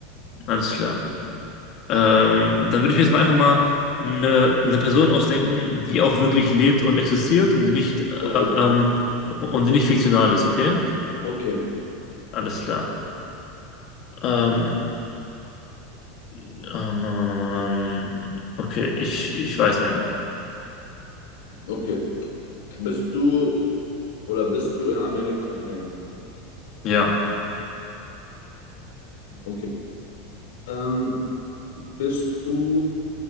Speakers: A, on the left (about 35°); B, on the left (about 85°).
A: Alles klar. Ähm, dann würde ich mir jetzt mal einfach mal eine, eine Person ausdenken, die auch wirklich lebt und existiert und die nicht äh,
B: Okay,
A: ähm, und die nicht fiktional ist, okay?
B: okay,
A: Alles klar. Ähm, ähm, ähm, ähm, ähm, ähm, okay, ich, ich weiß eine.
B: okay. Bist du oder bist du in Amerika Fame?
A: Ja.
B: Okay. Ähm, bist du